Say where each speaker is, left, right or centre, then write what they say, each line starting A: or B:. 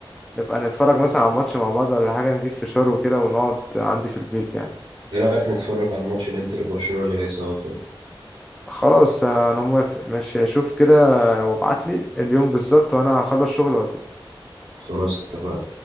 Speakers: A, in the centre; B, on the right (about 75°).
A: نبقى نتفرج مثلا على ماتش مع بعض ولا حاجة نجيب فشار وكده ونقعد عندي في البيت يعني
B: ايه رأيك نتفرج على ماتش الانتر وبرشلونة اللي جاي سوا طيب
A: خلاص انا موافق ماشي شوف كده وابعت لي اليوم بالظبط وانا هخلص شغل
B: خلاص اتفقنا